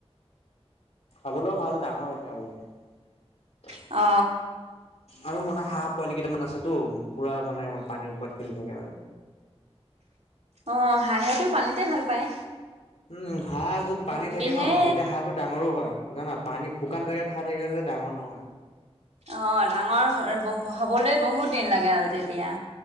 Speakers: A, on the left; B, on the right.
A: খাবলৈও ভাল ডাঙৰ হৈছে আৰু এতিয়া
B: অ,
A: আৰু মানে হাঁহ পোৱালি কেইটামান আছেতটো পুৰা মানে পানীৰ ওপৰত খেলি থাকে আৰু।
B: অ, হাঁহেটো পানীতে ভাল পায়।
A: উম, হাঁহ যত
B: মুৰ্গীহে
A: পানী থাকে ন তেতিয়া হাত টো ডাঙৰো হয় জান না পানী শুকান জেগাত হাহ‍ঁ থাকিলে যে ডাঙৰ নহয়।
B: অ, ডাঙৰ বহ হবলৈ বহুত দিন লাগে আৰু তেতিয়া